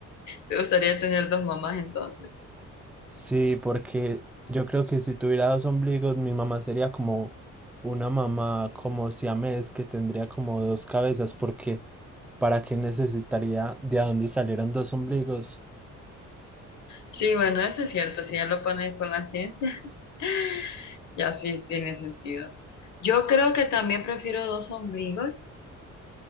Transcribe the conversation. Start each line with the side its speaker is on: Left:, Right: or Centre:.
Left: ¿Te gustaría tener dos mamás entonces?
Centre: Sí, porque yo creo que si tuviera dos ombligos, mi mamá sería como una mamá como siamés que tendría como dos cabezas, porque ¿para qué necesitaría de a dónde salieron dos ombligos?
Left: Sí, bueno, eso es cierto. Si ya lo pones con la ciencia, <laughs> ya sí tiene sentido. Yo creo que también prefiero dos ombligos